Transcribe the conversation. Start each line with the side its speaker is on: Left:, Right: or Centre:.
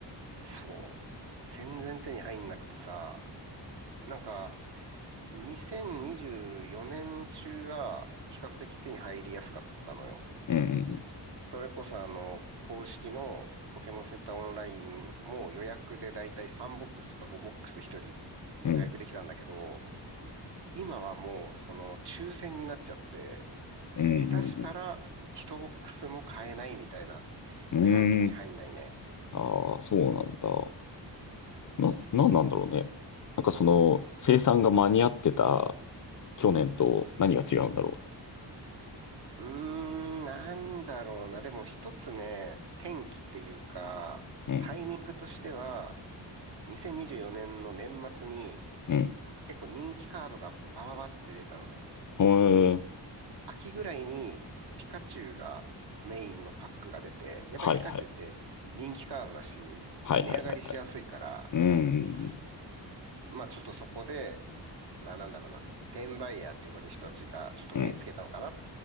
Right: そう。全然手に入んなくてさ、なんか、2024年中は比較的手に入りやすかったのよ。
Left: うん
Right: それこそあの、公式のポケモンセンターオンラインも予約でだいたい3ボックスとか5ボックス1人
Left: うんうん
Right: 予約できたんだけど、今はもうその抽選になっちゃって、
Left: うん
Right: 下手したら1ボックスも買えないみたいな
Left: うんうん。
Right: くらい手に入んないね。
Left: うーん。ああ、そうなんだ。な、なんなんだろうね。なんかその生産が間に合ってた去年と何が違うんだろ
Right: うーん、なんだろうな。でも一つね、転機っていうか、
Left: う。うん
Right: タイミングとしては、2024年の年末に
Left: うん。
Right: 結構人気カードがバババって出たのね。
Left: へー
Right: 秋ぐらいにピカチュウがメインのパックが出て、やっぱりピカチュウって人気カードだし、
Left: はいはい。はいはいはいはい。
Right: 値上がりしやすいから、
Left: うんうん
Right: すまあちょっとそこで、まあなんだろうな、転売ヤーって呼ばれる人たちがちょっと目つけたのかな。
Left: うん。